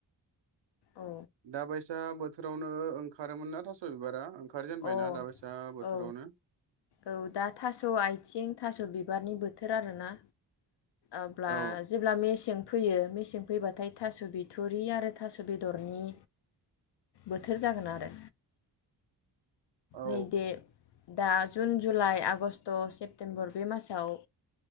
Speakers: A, on the left; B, on the right.
A: औ
B: दाबाय सा बोथोरावनो ओंखारोमोन ना थास बिबारा ओंखारजेनबायना
A: अ
B: दा बायसा बोथोरावनो?
A: औ औ दा थास' आथिं थास' बिबारनि बोथोर आरोना। अब्ला
B: औ
A: जेब्ला मेसें फैयो मेसें फैबाथाय थास' बिथुरि आरो थास बेदरनि बोथोर जागोन आरो।
B: औ
A: नै दे दा जुन, जुलाइ, आगष्ट, सेप्तेम्बर बे मासाव